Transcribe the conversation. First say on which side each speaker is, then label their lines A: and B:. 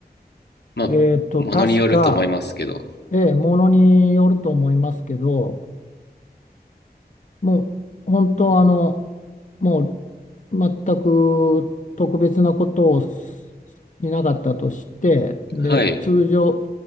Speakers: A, on the left; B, on the left.
A: まあ、
B: えっと、
A: ものによると思いますけど。
B: 確か、ええ、ものによると思いますけど、もう本当あの、もう全く特別なことをししなかったとして、で、
A: はい。
B: 通常、